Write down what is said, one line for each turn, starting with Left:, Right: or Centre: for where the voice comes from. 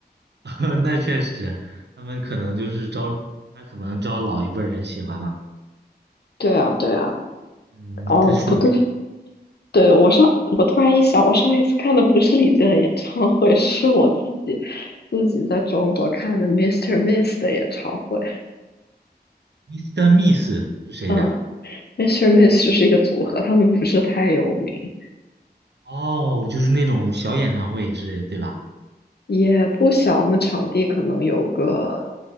Right: <laughs> 那确实，他们可能就是招，他可能招老一辈儿人喜欢吧。
Left: 对啊，对啊，
Right: 嗯，
Left: 哦，
Right: 这属于
Left: 不对，对，我上，我突然一想，我上一次看的不是李健的演唱会，<laughs> 是我自己自己在中国看的 Mr. i s t e Miss 的演唱会。
Right: Mr. i s t e Miss 是谁的？
Left: 嗯，Mr. i s t e Miss 就是一个组合，他们不是太有名。
Right: 哦，就是那种小演唱会之类的，对吧？
Left: 也不小，那场地可能有个